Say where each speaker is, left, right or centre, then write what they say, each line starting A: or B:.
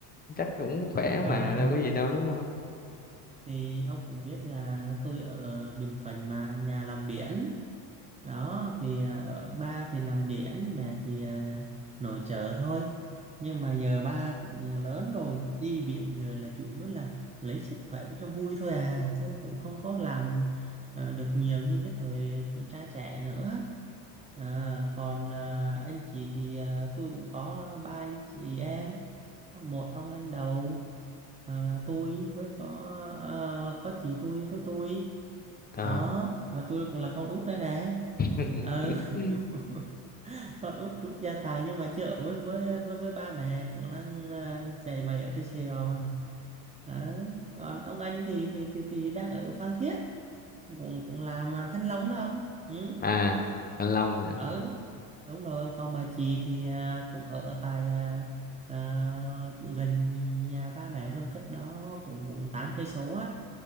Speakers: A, on the left; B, on the right.
A: chắc cũng khỏe
B: à,
A: mà đâu có gì đâu đúng không
B: thì ông cũng biết là tôi ở Bình Thuận mà nhà làm biển đó thì à, ở ba thì làm biển mẹ thì à, nội trợ thôi nhưng mà giờ ba cũng lớn rồi đi biển giờ là chủ yếu là lấy sức khỏe với cho vui thôi à chứ cũng không có làm à, được nhiều như cái thời con trai trẻ nữa à, còn à, anh chị thì à, tôi cũng có ba anh chị em một ông anh đầu à, tôi với có à, có chị tôi với tôi
A: ờ
B: đó là tôi cũng là con út đây nè
A: <laughs>
B: ờ <laughs> con út rút gia tài nhưng mà chưa ở với với với, với ba mẹ cũng đang à, chạy bày ở trên Sài Gòn đó. còn ông anh thì thì thì thì đang ở Phan Thiết cũng cũng làm à, thanh long đó ông ừ.
A: à anh Long hả
B: ừ đúng rồi còn bà chị thì à, cũng ở tại à, à, cũng gần nhà ba mẹ luôn cách đó cũng cũng tám cây số á